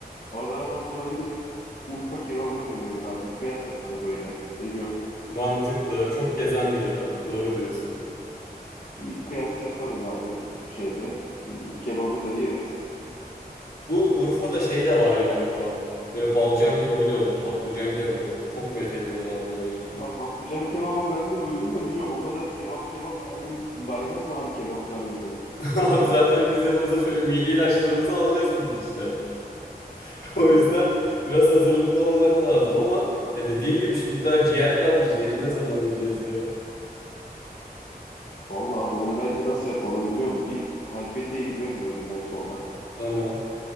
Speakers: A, on the left (about 50°); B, on the left (about 75°).
A: Adana'dan sonra bir de Urfa kebabını deneriz abi. Bir kıyas yaparız öğlen. Ne diyorsun?
B: Mantıklı. Çok gezen bilir abi. Doğru diyorsun.
A: Bir kıyas yaparız abi şeyde. Hmm, Kebabı da yeriz.
B: Bu Urfa'da şey de var galiba. Böyle balcan kebabı diyorlar. Patlıcan kebabı. Çok met ediyorlardı onu ya.
A: Ha patlıcan kebabı ben de duydum da bilmiyorum. O kadar kebap kebap her gün baymaz mı abi kebaplar bizi?
B: <laughs> Abi zaten biz yanımıza şöyle mide ilaçlarımızı alacağız bu gidişle. <laughs> O yüzden biraz hazırlıklı olmak lazım ama ya dediğin gibi şimdi daha ciğer kaldı. Ciğeri ne zaman yiyeceğiz ya?
A: Vallahi abi onu bence nasıl yapalım biliyor musun? Bir Halfeti'ye gideriz öğleden sonra.
B: Tamam.